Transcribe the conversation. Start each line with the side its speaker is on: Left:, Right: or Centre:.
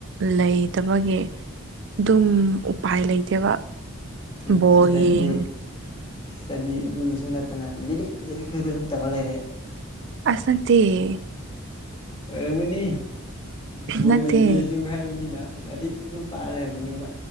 Right: ꯂꯩꯇꯕꯒꯤ ꯑꯗꯨꯝ ꯎꯄꯥꯏ ꯂꯩꯇꯦꯕ
Left: ꯎꯝ
Right: ꯕꯣꯜ
Left: ꯁꯤꯁꯇꯔꯗꯤ
Right: ꯌꯦꯡ
Left: ꯁꯤꯁꯇꯔꯗꯤ ꯑꯗꯨ ꯁꯨꯡ ꯅꯠꯇꯅ ꯂꯩꯔꯤꯛ ꯂꯩꯔꯤꯛ ꯇꯗ ꯑꯗꯨꯝ ꯇꯧꯔꯥ ꯂꯩꯔꯦ
Right: ꯑꯁ ꯅꯠꯇꯦ ꯍꯦ
Left: ꯑꯣꯏꯔꯝꯒꯅꯤ ꯕꯣꯜ
Right: ꯅꯠꯇꯦ
Left: ꯌꯦꯡꯗꯦꯁꯨ ꯍꯥꯏꯕꯅꯤꯅ ꯂꯥꯏꯔꯤꯛ ꯑꯗꯨꯝ ꯄꯥꯔꯂꯩꯔꯝꯒꯅꯤꯕ